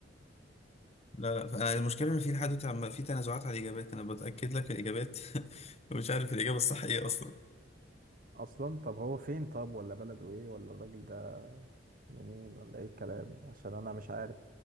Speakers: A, on the left; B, on the right.
A: لا لا فأنا المشكله ان في لحد دلوقتي عم- في تنازعات على الاجابات انا بتاكد لك الاجابات <laughs> ومش عارف الاجابه الصح ايه اصلا
B: اصلا طب هو فين طب ولا بلده ايه ولا الراجل ده منين ولا ايه الكلام عشان انا مش عارف